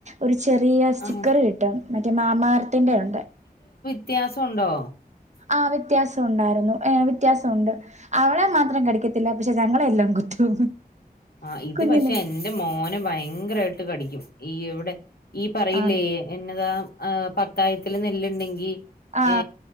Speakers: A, on the right; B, on the left.
A: ഒരു ചെറിയ സ്റ്റിക്കറ്
B: ആ
A: കിട്ടൻ മറ്റ മാമാ എർത്തിന്റെ ഉണ്ട്
B: വ്യത്യാസം ഉണ്ടോ
A: ആ വ്യത്യാസം ഉണ്ടായിരുന്നു ഏ വ്യത്യാസം ഉണ്ട് അവളെ മാത്രം കടിക്കത്തില്ല പക്ഷെ ഞങ്ങളെ എല്ലാം കുത്തും
B: ആ ഇത്
A: കുഞ്ഞിന്
B: പക്ഷെ എൻ്റെ മോന ഭയങ്കരായിട്ട് കടിക്കും ഈ ഇവിടെ ഈ പറയില്ലേ
A: ആണ്
B: എന്നതാ ആ പത്തായത്തില് നെല്ലിണ്ടെങ്കി
A: ആ
B: ഏ